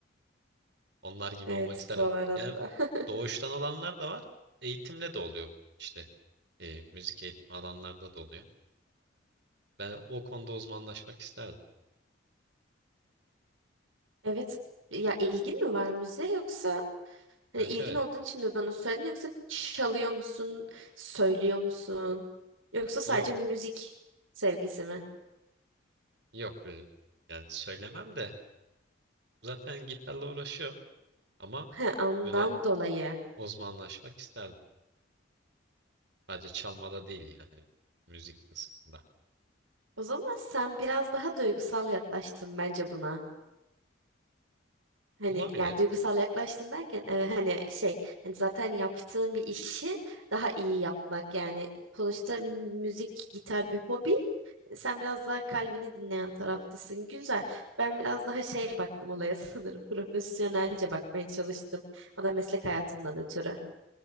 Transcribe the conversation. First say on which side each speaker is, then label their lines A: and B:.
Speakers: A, on the right; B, on the right.
A: Onlar gibi
B: Evet
A: olmak isterdim.
B: bu arada.
A: Yani
B: <laughs>
A: doğuştan olanlar da var. Eğitimle de oluyor işte. e, müzik eğitimi alanlarda da oluyor. Ben o konuda uzmanlaşmak isterdim.
B: Evet. Ya ilgin mi var müziğe yoksa hani
A: Evet
B: ilgin
A: evet.
B: olduğun için mi bana söyledin yoksa çalıyor musun, söylüyor musun? Yoksa sadece
A: Yok
B: müzik sevgisi mi?
A: yok. e, Yani söylemem de zaten gitarla uğraşıyorum ama
B: He, ondan
A: böyle
B: dolayı.
A: uzmanlaşmak isterdim. Sadece çalmada değil yani müzik kısmında.
B: O zaman sen biraz daha duygusal yaklaştın bence buna. Hani
A: Olabilir.
B: yani duygusal yaklaştın derken e, hani şey hani zaten yaptığın bir işi daha iyi yapmak yani sonuçta müzik gitar bir hobi sen biraz daha kalbini dinleyen taraftasın güzel ben biraz daha şey baktım olaya <laughs> sanırım profesyonelce bakmaya çalıştım o da meslek hayatımdan ötürü.